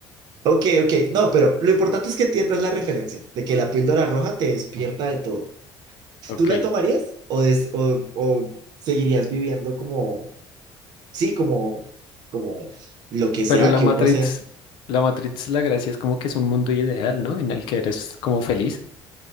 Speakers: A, on the right; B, on the left.
A: ok, ok. No, pero lo importante es que entiendas la referencia de que la píldora roja te despierta de todo.
B: Ok.
A: ¿Tú la tomarías o, des- o, o seguirías viviendo como... sí, como, como lo que sea
B: Pero la
A: que
B: Matrix,
A: uno sea,
B: la Matrix, la gracia es como que es un mundo ideal, ¿no? En el que eres como feliz.